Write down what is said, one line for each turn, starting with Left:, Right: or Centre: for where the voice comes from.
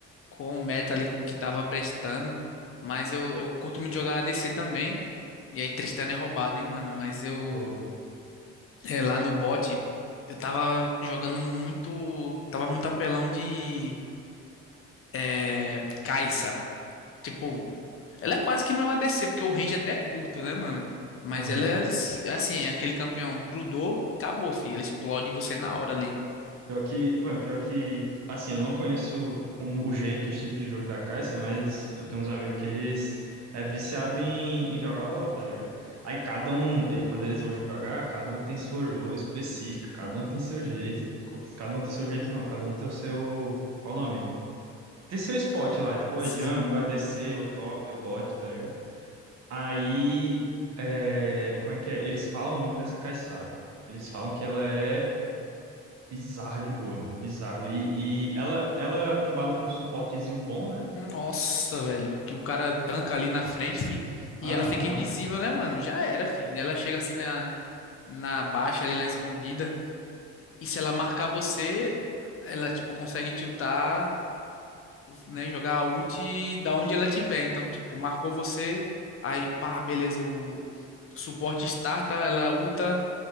Left: com o meta ali, com o que tava prestando. Mas eu, eu curto muito jogar ADC também. E aí Tristana é roubado, hein, mano. Mas eu,
Right: Pô,
Left: é, lá no bot, eu tava jogando muito. Tava muito apelão de é, Kai'Sa. Tipo, ela é quase que não é uma ADC, porque o range até é curto, né, mano? Mas
Right: aham.
Left: ela é assim, é aquele campeão grudou, acabou, filho. Ela explode você na hora ali.
Right: Pior que, bom, pior que, assim, eu não conheço como o jeito, o estilo de jogo da Caixa, mas eu tenho uns amigos que eles é viciado em, em jogar LoL, tá ligado? Aí cada um, e quando eles vão jogar, cada um tem sua role específica, cada um tem seu jeito, co- cada um tem seu jeito não, cada um tem o seu, qual o nome? Tem seu spot lá, tipo,
Left: Sim.
Right: ou é jungle, ADC, ou top, ou bot, tá ligado? Aí, é, como é que é? Eles falam muito dessa Caissara, pô. Eles falam que ela é Bizarra de boa, mano. Bizarra. E, e ela, ela combada com um suportezinho bom, né?
Left: Nossa, velho, que o cara tanca ali na frente, fi, e
Right: Aham.
Left: ela fica invisível, né, mano? Já era, fi. Ela chega assim na, na baixa, ali na escondida, e se ela marcar você, ela, tipo, consegue tiltar, né, jogar a ult da onde ela tiver. Então, tipo, marcou você, aí, pá, beleza, o suporte starta, ela ulta,